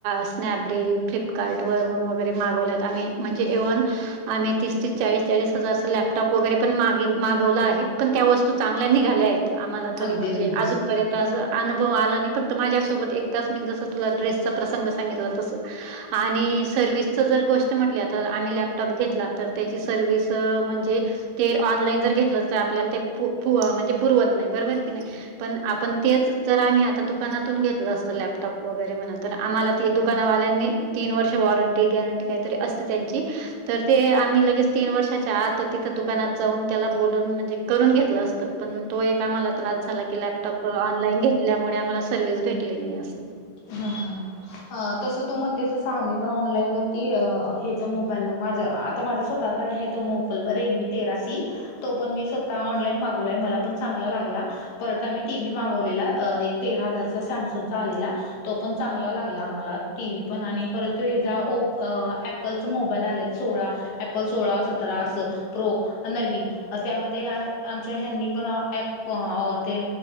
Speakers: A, on the right; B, on the left.
A: स्नॅपडील फ्लिपकार्टवरून वगैरे मागवल्यात आम्ही म्हणजे एव्हन आम्ही तीस ती चाळीस चाळीस हजारचा लॅपटॉप वगैरे पण मा मागवला आहे पण त्या वस्त चांगल्यानी घाल्या आहेत आम्हालारी
B: अगदी
A: म्हणजे
B: अगदीच
A: अजूनपर्यंत असं अनुभव आला आणि फक्त माझ्यासोबत एकदाच मी जसं तुला ड्रेसचा प्रसंग सांगितला तसं आणि सर्ववि्हसचं जर गोष्ट म्हटल्या तर आम्ही लॅपटॉप घेतला तर त्याची सर्व्हस म्हणजे ते ऑनलाईन जर घेतलं तर आपल्याला ते म्हणजे पुरवत नाही बरोबर की नाही. पण आपण तेच जर आम्ही आता दुकानातून घेतलं असतं लॅपटॉप वगैरे म्हणा तर आम्हाला दुकानावाल्यांनी तीन वर्ष वॉरंटी गॅरंटी काहीतरी असते त्यांची तर ते आम्ही लगेच तीन वर्षाच्या आता तिथं दुकानात जाऊन त्याला बोलून म्हणजे करून घेतलं असतं. पण तो एक आम्हाला त्रास झाला की लॅपटॉप ऑनलाईन घेतल्यामुळे आम्हाला सर्व्हस भेटली नाही असं.
B: हा हा तसं तू म्हणतेस तसं आम्ही पण ऑनलाईन वरती हच मोबाईल माझ आता माझ्या स्वतः हे तोमपल रेडमी तेरासी तो पण मी स्वतः ऑनलाईन मागवलाय मला पण चांगला लागला. परत आम्ही टीव्ही मागवलेला एक तेरा हजारचा सॅमसंग चा आलेला तो पण चांगला ला. आम्हाला टी व्ही पण आणि परंतु हे ज ओप अँपल च मोबाईल आलेत सोळा. एपल सोळा सतरा
A: हो,
B: अस प्रो. नवीन त्यामध्ये आमच्या ह्यांनी पण प ते